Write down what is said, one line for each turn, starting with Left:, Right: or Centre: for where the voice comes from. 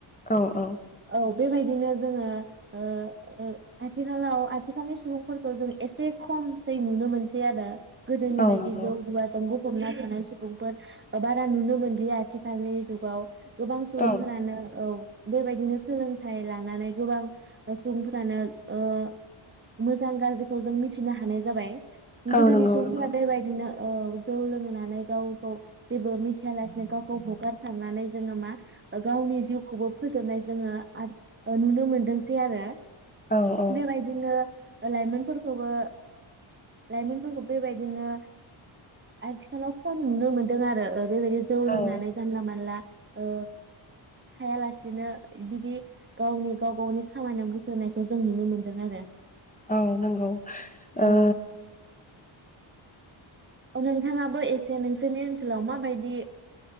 Left: औ औ
Right: औ बेबायदिनो जोङो आथिखालाव आथिखालनि सुबुंफोरखौ जों एसे खमसै नुनो मोनसै आरो गोदोनिबायदि
Left: औ नंगौ
Right: जौ जुवाजों गफ बना थानाय सुबुंफोर बारा नुनो मोनलिया आथिखालनि जुगाव गोबां सुबुंफोरानो
Left: औ
Right: औ बेबायदिनो सोलोंथाइ लानानै गोबां सुबुंफोरानो ओ मोजां गाज्रिखौ जों मिथिनो हानाय जाबाय।
Left: औ
Right: गोदोनि
Left: नंगौ
Right: सुबुंफोरा
Left: नंगौ
Right: बेबायदिनो औ जौ लोंनानै गावखौ जेबो मिथिया लासेनो गावखौ हगारसारनानै जोङो मा गावनि जिउखौबो फोजोबनाय जोङो <unintelligible> नुनो मोनदोंसै आरो
Left: औ औ
Right: बेबायदिनो लाइमोनफोरखौबो लाइमोनफोरखौ बेबायदिनो आथिखालाव खम नुनो मोनदों आरो बेबायदि जौ
Left: औ
Right: लोंनानै जानला मोनला ओ थाया लासिनो बिदि गावनि गाव गावनि खामानियाव गोसो होनायखौ जों नुनो मोनदों आरो
Left: औ नंगौ ओ
Right: औ औ नोंथाङाबो एसे नोंसोरनि ओनसोलाव माबायदि